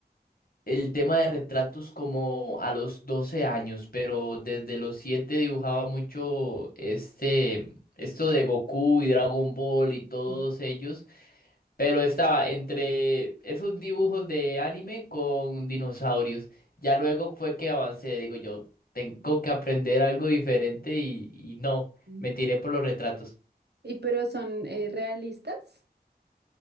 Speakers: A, on the left (about 60°); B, on the right (about 80°).
A: el tema de retratos como a los 12 años, pero desde los 7 dibujaba mucho este, esto de Goku y Dragon Ball y todos
B: Sí.
A: ellos, pero estaba entre esos dibujos de anime con dinosaurios. Ya luego fue que avancé, digo yo, tengo que aprender algo diferente y, y no,
B: Ujú.
A: me tiré por los retratos.
B: ¿Y pero son eh, realistas?